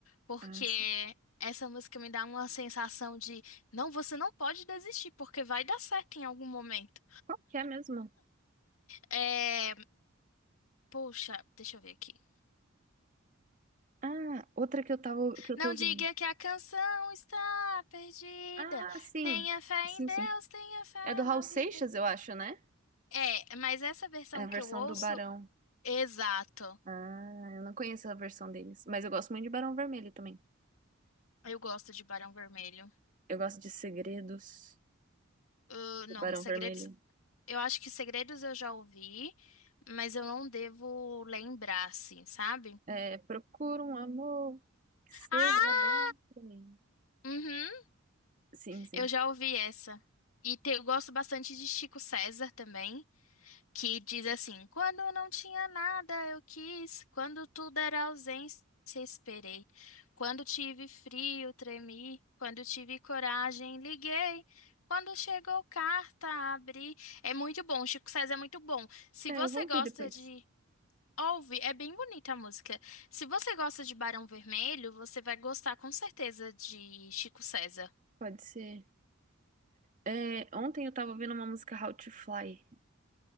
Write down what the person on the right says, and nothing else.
Ah, sim.
Qual que é mesmo?
Ah, outra que eu tava, que eu
tô
vendo.
Ah, sim.
Sim,
sim.
É do Raul
Seixas,
eu acho, né?
É a versão
do Barão.
Ah, eu não conheço a versão deles, mas eu gosto muito de Barão Vermelho também.
Eu gosto de Segredos
do
Barão
Vermelho.
É, procura um amor que seja
bom pra mim.
Sim, sim.
É,
eu vou ouvir
depois.
Pode ser. É, é, ontem eu tava ouvindo uma música How to Fly.